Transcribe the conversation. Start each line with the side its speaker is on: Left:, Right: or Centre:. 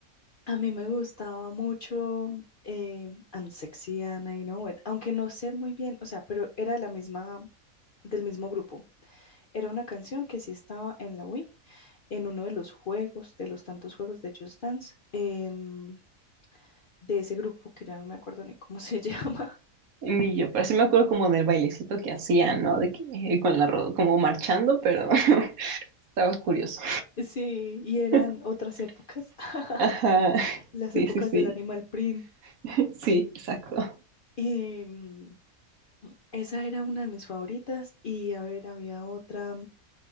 Left: A mí me gustaba mucho em, I'm Sexy and I Know It, aunque no sé muy bien, o sea, pero era de la misma, del mismo grupo. Era una canción que sí estaba en la Wii, en uno de los juegos, de los tantos juegos de Just Dance, em, de ese grupo que ya no me acuerdo ni cómo se <laughs> llama.
Right: Y yo, pero sí me acuerdo como del bailecito que hacían, ¿no? De que eh, con la ro- como marchando, pero <laughs> estaba curioso.
Left: Sí, y eran
Right: <laughs>
Left: otras épocas, <laughs>
Right: Ajá, <laughs>
Left: las
Right: sí,
Left: épocas
Right: sí, sí.
Left: del Animal Print.
Right: <laughs> Sí, exacto.
Left: Em, esa era una de mis favoritas y a ver, había otra